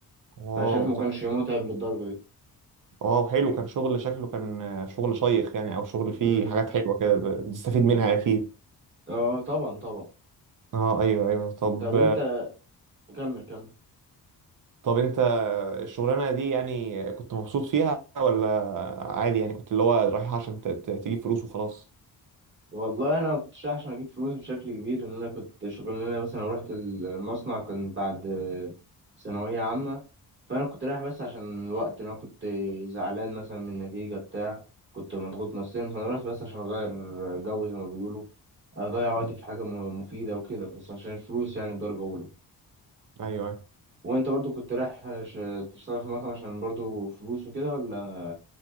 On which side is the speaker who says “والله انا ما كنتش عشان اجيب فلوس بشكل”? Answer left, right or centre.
Right